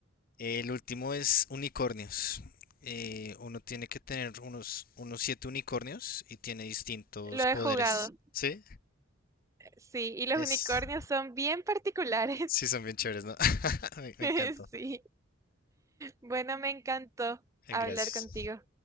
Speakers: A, on the left (about 45°); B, on the right (about 15°).
A: El último es unicornios. Eh, uno tiene que tener unos, unos siete unicornios y tiene distintos
B: Lo
A: poderes.
B: he jugado.
A: ¿Sí?
B: Sí, y los
A: Es...
B: unicornios son bien particulares.
A: Sí, son bien chéveres, ¿no? <laughs> Me, me
B: <laughs>
A: encantó.
B: Sí. Bueno, me encantó
A: Eh,
B: hablar
A: Gracias.
B: contigo.